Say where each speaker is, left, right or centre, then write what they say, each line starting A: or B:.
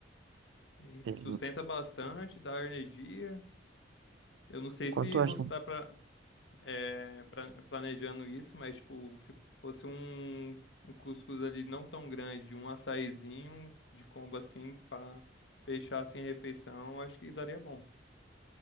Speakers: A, on the left; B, on the right.
A: E
B: Tem
A: sustenta bastante, dá energia. Eu não sei
B: Quanto
A: se
B: eu
A: você
B: acho
A: está pra, é, planejando isso, mas tipo, se fosse um, um cuscuz ali não tão grande, um açaizinho de combo assim para fechar assim a refeição, eu acho que daria bom.